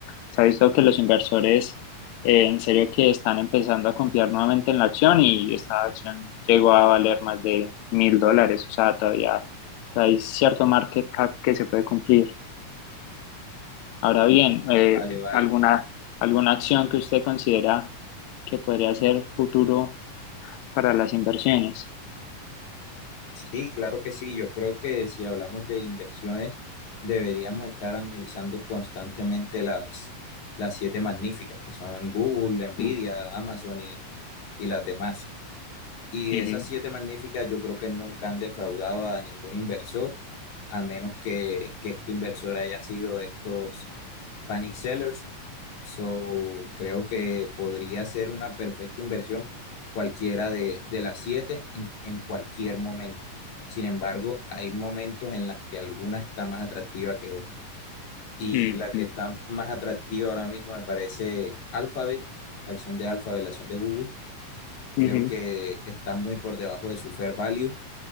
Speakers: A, on the left; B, on the left.
A: se ha visto que los inversores eh, en serio que están empezando a confiar nuevamente en la acción y esta acción llegó a valer más de mil dólares, o sea, todavía, todavía hay cierto market cap que se puede cumplir. Ahora bien, eh,
B: Vale, vale.
A: ¿alguna, alguna acción que usted considera que podría ser futuro para las inversiones?
B: Sí, claro que sí. Yo creo que si hablamos de inversiones, deberíamos estar analizando constantemente las, las siete magníficas, que son Google, Nvidia,
A: Mm,
B: Amazon y, y las demás. Y
A: ujú,
B: esas siete magníficas yo creo que nunca han defraudado a ningún inversor, a menos que, que este inversor haya sido de estos Panic Sellers. So, creo que podría ser una perfecta inversión cualquiera de, de las siete en, en cualquier momento. Sin embargo, hay momentos en las que alguna está más atractiva que otra. Y
A: ujú,
B: la que está más atractiva ahora mismo me parece Alphabet, la acción de Alphabet, la acción de Google. Creo
A: ujú.
B: que está muy por debajo de su fair value